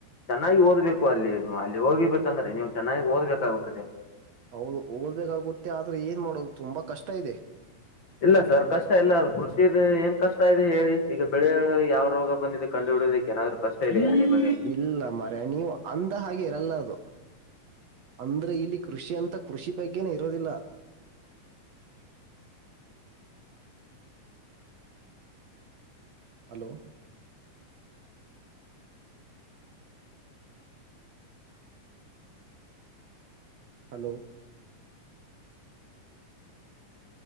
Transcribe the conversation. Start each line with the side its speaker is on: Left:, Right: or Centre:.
Left: ಚೆನ್ನಾಗಿ ಓದ್ಬೇಕು ಅಲ್ಲಿ ಅಲ್ಲಿ ಹೋಗಿಬೇಕಂದ್ರೆ ನೀವು ಚೆನ್ನಾಗಿ ಓದಿಬೇಕಾಗುತ್ತದೆ.
Right: ಹೌದು ಓದಬೇಕಾಗುತ್ತೆ ಆದ್ರೆ ಏನ್ ಮಾಡೊದು ತುಂಬಾ ಕಷ್ಟ ಇದೆ.
Left: ಇಲ್ಲ ಸರ್ ಕಷ್ಟ ಇಲ್ಲ ಅದು ಕೃಷಿದ ಏನ್ ಕಷ್ಟ ಇದೆ ಹೇಳಿ ಈಗ ಬೆಳೆ ಯಾವ ರೋಗ ಬಂದಿದೆ ಕಂಡು ಹಿಡಿಯುವುದಕ್ಕೆ ಏನಾದ್ರು ಕಷ್ಟ ಇದೆಯಾ ನಿಮಗೆ
Right: ಇಲ್ಲ ಮರ್ಯ ನೀವು ಅಂದ ಹಾಗೆ ಇರೋಲ್ಲ ಅದು ಅಂದ್ರೆ ಇಲ್ಲಿ ಕೃಷಿ ಅಂತ ಕೃಷಿ ಬಗ್ಗೆನೆ ಇರೋದಿಲ್ಲ hello hello